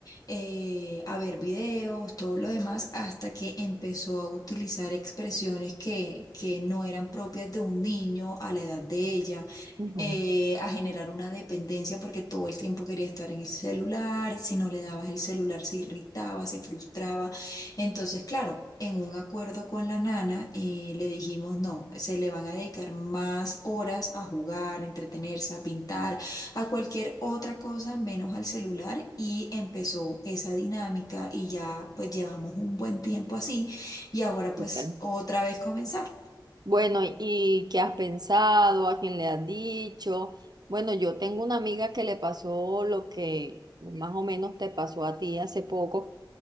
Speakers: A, on the left; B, on the right.
A: eh, a ver videos, todo lo demás, hasta que empezó a utilizar expresiones que, que no eran propias de un niño a la edad de ella.
B: Ujú,
A: eh, a generar una dependencia porque todo el tiempo quería estar en el celular, si no le dabas el celular se irritaba, se frustraba. Entonces, claro, en un acuerdo con la nana eh, le dijimos, no, se le van a dedicar más horas a jugar, a entretenerse, a pintar, a cualquier otra cosa menos al celular y empezó esa dinámica y ya pues llevamos un buen tiempo así y ahora
B: súper.
A: pues otra vez comenzar.
B: Bueno, ¿y qué has pensado? ¿A quién le has dicho? Bueno, yo tengo una amiga que le pasó lo que más o menos te pasó a ti hace poco